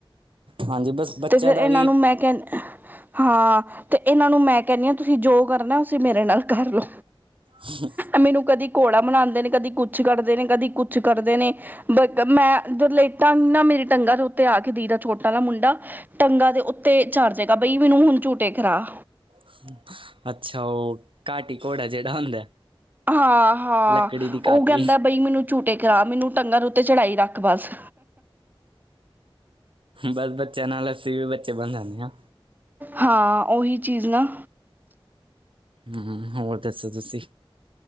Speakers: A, on the right; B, on the right.
A: ਹਾਂਜੀ ਬਸ ਬੱਚਿਆਂ
B: ਤੇ ਫਿਰ
A: ਦਾ
B: ਇਹਨਾਂ
A: ਵੀ
B: ਨੂੰ ਮੈਂ ਕਹਿਣ ਹਾਂ ਤੇ ਇਹਨਾਂ ਨੂੰ ਮੈਂ ਕਹਿਣੀ ਆਂ ਤੁਸੀਂ ਜੋ ਕਰਨੈ ਉਸੀਂ ਮੇਰੇ ਨਾਲ ਕਰ ਲਓ
A: ਹਮ
B: ਮੈਨੂੰ ਕਦੀ ਘੋੜਾ ਬਨਾਦੇ ਨੇ ਕਦੀ ਕੁਛ ਕਰਦੇ ਨੇ ਕਦੀ ਕੁਛ ਕਰਦੇ ਨੇ ਮੈਂ ਜਦੋ ਲੇਟਾਂ ਨਾ ਮੇਰੀ ਟੰਗਾਂ ਦੇ ਉੱਤੇ ਆ ਕੇ ਦੀ ਦਾ ਛੋਟਾ ਦਾ ਮੁੰਡਾ ਟੰਗਾਂ ਦੇ ਉੱਤੇ ਚੜ ਜਾੇਗਾ ਬਈ ਮੈਨੂੰ ਹੁਣ ਝੂਟੇ ਖਰਾ
A: ਹਮ ਅੱਛਾ ਉਹ ਘਾਟੀ ਘੋੜਾ ਜੇੜਾ ਹੁੰਦਾ।
B: ਹਾਂ ਹਾਂ
A: ਲੱਕੜੀ ਦੀ ਕਾਟੀ
B: ਉਹ ਕੈਂਦਾ ਬਈ ਮੈਨੂੰ ਝੂਟੇ ਕਰਾ ਮੈਨੂੰ, ਟੰਗਾਂ ਦੇ ਉੱਤੇ ਝੜਾਈ ਰੱਖ ਬਸ।
A: ਬ ਬੱਚਿਆਂ ਨਾਲ ਅੱਸੀ ਵੀ ਬੱਚੇ ਬਨ ਜਾਨੇ ਆਂ।
B: ਹਾਂ, ਓਹੀ ਚੀਜ਼ ਨਾ।
A: ਹੂੰ, ਹੋਰ ਦੱਸੋ ਤੁਸੀਂ?